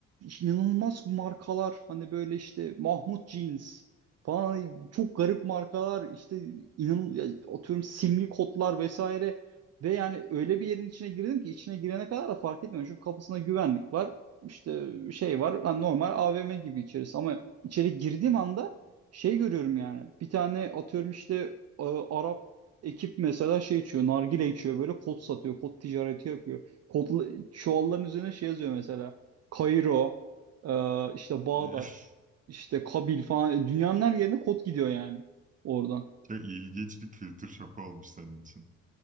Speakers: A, on the right; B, on the right.
A: inanılmaz markalar hani böyle işte Mahmut Jeans falan hani çok garip markalar işte inan ya atıyorum simli kotlar vesaire ve yani öyle bir yerin içine girdim ki içine girene kadar da fark etmiyorum çünkü kapısında güvenlik var işte şey var hani normal AVM gibi içerisi ama içeri girdiğim anda şey görüyorum yani bir tane atıyorum işte e, Arap ekip mesela şey içiyor nargile içiyor böyle kot satıyor kot ticareti yapıyor. Kodla, çuvalların üzerine şey yazıyor mesela. Kairo, e, işte Bağdat,
B: E, <laughs>
A: işte Kabil falan. E, Dünyanın her yerine kod gidiyor yani oradan.
B: Çok ilginç bir kültür şoku olmuş senin için.